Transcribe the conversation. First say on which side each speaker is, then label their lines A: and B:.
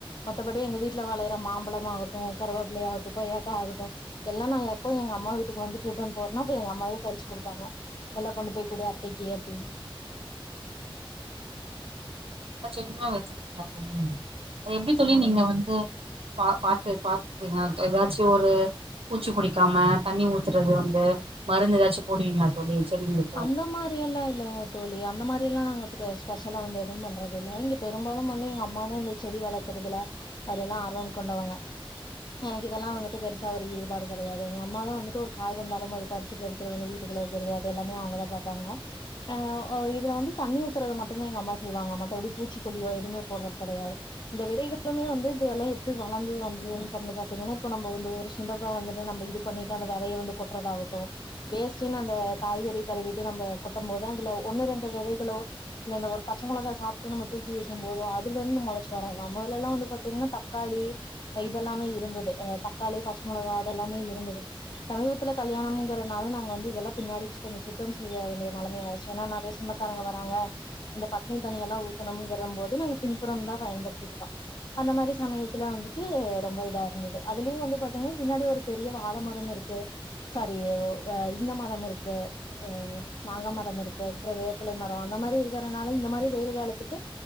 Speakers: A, on the left; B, on the right.
A: மத்தபடி எங்க வீட்ல வளையிற மாம்பழம் ஆகட்டு கருவேப்பிளயா ஆகட்டு கொய்யக்கா ஆகட்டு எல்லா நா எப்போ எங்க அம்மா வீட்டுக்கு வந்துட்டு ரிட்டன் போற்னோ அப்ப எங்க அம்மாவே பறிச்சு குடுப்பாங்க எல்லா கொண்டு போய் குடு அத்தைக்கி அப்டினு
B: எல்லா செடியுமா வெச்சுருக்கிங்க தோழி அது எப்டி தோழி
A: ஆமாங்க
B: நீங்க வந்து பா பாத்து பாத்துப்பீங்க எதாச்சு ஒரு பூச்சி குடிக்காம தண்ணி ஊத்துறது வந்து மருந்து எதாச்சும் போடுவீங்ளா தோழி செடிங்ளுக்
A: அந்த மா ரியெல்லா இல்லைங்க தோழி அந்த மாரி எல்லா நாங்க ப்ர ஸ்பெஷலா வந்து எதுவும் பண்றது இல்ல இங்க பெரும்பாலும் வந்து எங்க அம்மாதா இந் செடி வள்த்துறதுல அதுல்லா ஆர்வம் கொண்டவங்க எனக்கு இதெல்லா வந்துட்டு பெருசா ஒரு ஈடுபாடு கெடையாது எங்க அம்மாதா வந்துட்டு ஒரு காய் வந்தாலும் அது பறிச்சிட்டு எடு த்துட்டு வந்து வீட்டுக்குள்ள வெய்க்கிறது அது எல்லாமே அவுங்கதா பாப்பாங்க அ ஒ இதுல வந்து தண்ணி ஊத்துறது மட்டுந்தா எங்க அம்மா செய்வாங்க மத்தபடி பூச்சிக்கொல்லியோ எதுமே போட்றது கெடையாது இந்த விதைகளுமே வந்து இதெல்லா எப்டி வளந்து வந்ததுன் பா பாத்தீங்கன்னா இப்ப நம்ம வந்து ஒரு சுண்டகா வந்துட்டு நம்ம இது பண்ணிட்டு அந்த வெதைய வந்து கொட்றதா ஆகட்டு வேஸ்டுனு அந்த காய்கறி கழுவிட்டு நம்ம கொட்டும் போது அதுல ஒண்ணு ரெண்டு விதைகளோ இல்ல இந்த ஒரு பச்ச மொளகா சாப்ட்டு நம்ம தூக்கி வீசும் போதோ அதுலருந்து மொளச்சி வரத்தா மொதலெல்லா வந்து பாத்தீங்ன்னா தக்காளி அ இதெல்லாமே இருந்தது அ தக்காளி பச்சமொளகா அதெல்லாமே இருந்தது சமீபத்துல கல்யாணம்ங்கறனால நாங்க வந்து இதெல்லா பின்னாடி கொஞ்ச சுத்தம் செய்ய வேண்டிய நெலமை ஆய்ர்ச்சு ஏனா நெறய சொந்தக்காரங்க வராங்க இந்த பட்னி தண்ணியெல்லா ஊத்தணும்ங்கிறம்போது நாங்க பின்புறம்தா பயன்படுத்திக்கிட்டோ அந்த மாரி சமயத்துல வந்துட்டு ரொம்ப இதா இருந்தது அதுலியு வந்து பாத்தீங்ன்னா பின்னாடி ஒரு பெரிய வாழமரம் இருக்கு சாரி ஒ அ இந்த மரம்மிருக்கு அ மாங்க மரம் இருக்கு அதுக்கப்புற வேப்பலை மரோ அந்த மாரி இருக்கறனால இந்த மாரி வெயில் காலத்துக்கு